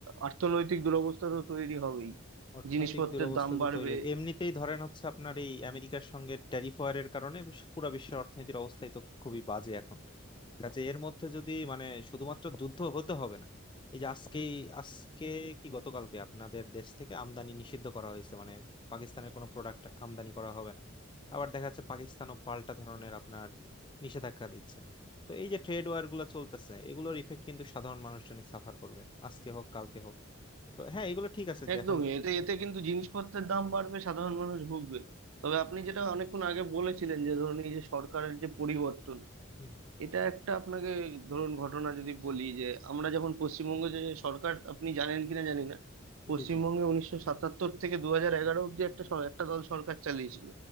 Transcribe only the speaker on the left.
অর্থনৈতিক
দুরবস্থা
তো
তৈরি হবে। এমনিতেই ধরেন হচ্ছে আপনার এই আমেরিকার সঙ্গে ট্যারিফ ওয়ারের কারণে পুরো বিশ্বের অর্থনীতির অবস্থাই তো খুবই বাজে এখন কাজে এর মধ্যে যদি মানে শুধুমাত্র যুদ্ধ হতে হবে না এই যে আজকেই আজকে কি গতকালকে আপনাদের দেশ থেকে আমদানি নিষিদ্ধ করা হয়েছে মানে পাকিস্তানের কোনো প্রোডাক্ট আমদানি করা হবে না আবার দেখা যাচ্ছে পাকিস্তানও পাল্টা ধরনের আপনার নিষেধাজ্ঞা দিচ্ছে তো এই যে ট্রেড ওয়ার গুলো চলতেছে এগুলোর ইফেক্ট কিন্তু সাধারণ মানুষজনই সাফার করবে আজকে হোক কালকে হোক তো হ্যাঁ এগুলো ঠিক আছে যে
এখন
হুম,
হুম,
জি জি